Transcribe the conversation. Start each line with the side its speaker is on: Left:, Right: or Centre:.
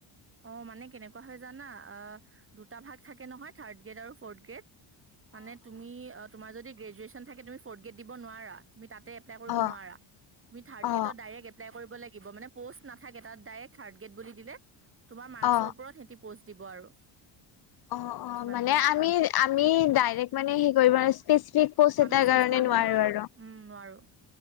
Right: অ মানে কেনেকুৱা হৈ জানা দুটা ভাগ থাকে নহয় থাৰ্ড গ্ৰেড আৰু ফ'ৰ্থ গ্ৰেড মানে তুমি অ তোমাৰ য গ্ৰেজুৱেচন থাকে তুমি ফৰ্থ গ্ৰেড দিব নোৱাৰা তুমি তাতে এ কৰিব
Left: অ
Right: নোৱাৰা তুমি থাৰ
Left: অ
Right: গেত ডৰে এপ্লাই কৰিব লাগিব মানে পষ্ট নাথাকে তাত ডাইৰেক্ট থাৰ্ড গ্ৰেড বুলি দিলে তোমাৰ মাৰ্কৰ
Left: অ
Right: ওপৰত সি পষ্ট দিব আৰু
Left: অ অ
Right: যিমান
Left: মানে
Right: পোৱা
Left: আমি আমি ডাইৰেক্ট মানে হে কৰিব স্পেচফ প'চ
Right: আমি
Left: এটাৰ
Right: চুজ
Left: কাৰণে
Right: কৰিব
Left: নোৱাৰো আৰু
Right: উম নোৱাৰো